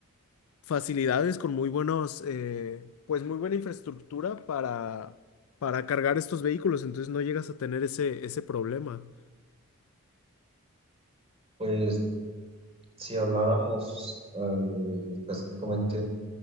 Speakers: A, on the left (about 70°); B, on the right (about 25°).
A: facilidades, con muy buenos, eh, pues muy buena infraestructura para, para cargar estos vehículos, entonces no llegas a tener ese, ese problema.
B: Pues si habláramos eh, específicamente,